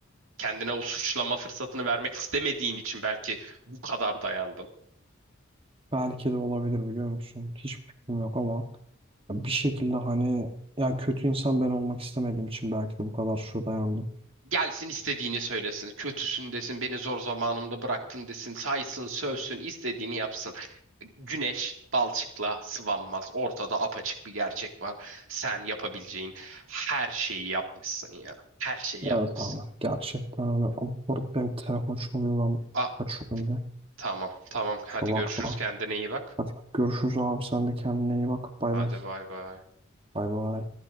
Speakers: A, on the right; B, on the right.
A: Kendine o suçlama fırsatını vermek istemediğin için belki bu kadar dayandın.
B: Belki de olabilir biliyor musun? Hiç fikrim yok ama bir şekilde hani yani kötü insan ben olmak istemediğim için belki de bu kadar şu dayandım.
A: Gelsin istediğini söylesin. Kötüsün desin, beni zor zamanımda bıraktın desin, saysın, sövsün, istediğini yapsın. Güneş balçıkla sıvanmaz. Ortada apaçık bir gerçek var. Sen yapabileceğin her şeyi yapmışsın ya. Her şeyi yapmışsın.
B: Evet abi gerçekten hani abi burada benim telefon çalıyor lan
A: A
B: kaçıyorum de.
A: tamam tamam. Hadi
B: Kusura bakma.
A: görüşürüz. Kendine iyi bak.
B: Hadi görüşürüz abi sen de kendine iyi bak. Bay
A: Hadi
B: bay.
A: bay bay.
B: Bay bay.